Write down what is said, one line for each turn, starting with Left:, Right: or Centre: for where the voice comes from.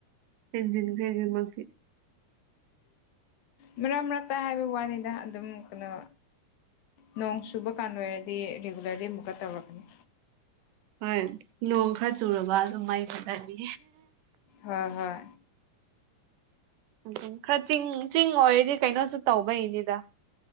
Right: ꯍꯟꯖꯤꯟꯈ꯭ꯔꯦ ꯑꯗꯨꯃꯛꯇꯤ
Left: ꯃꯔꯛ ꯃꯔꯛꯇ ꯍꯥꯏꯕ ꯋꯥꯅꯤꯗ ꯑꯗꯨꯝ ꯀꯥꯅꯣ ꯅꯣꯡ ꯆꯨꯕ ꯀꯥꯟ ꯑꯣꯏꯔꯗꯤ ꯔꯤꯒꯨꯂꯔꯂꯤ ꯑꯃꯨꯛꯀ ꯇꯧꯔꯛꯀꯅꯤ
Right: ꯍꯣꯏ ꯅꯣꯡ ꯈꯔ ꯆꯨꯔꯕ ꯑꯗꯨꯝ ꯃꯩ ꯃꯨꯠꯂꯅꯤ
Left: ꯍꯣꯏ ꯍꯣꯏ
Right: ꯎꯝ ꯎ ꯈꯔ ꯆꯤꯡ ꯆꯤꯡ ꯑꯣꯏꯔꯗꯤ ꯀꯩꯅꯣꯁꯨ ꯇꯧꯕꯩꯅꯤꯗ